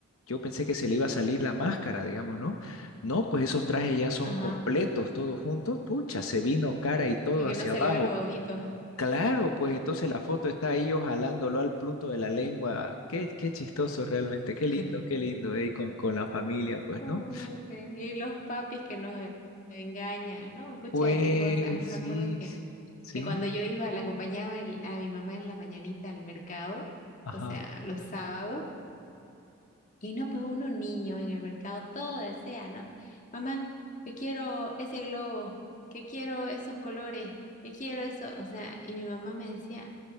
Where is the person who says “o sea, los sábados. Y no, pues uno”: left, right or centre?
Left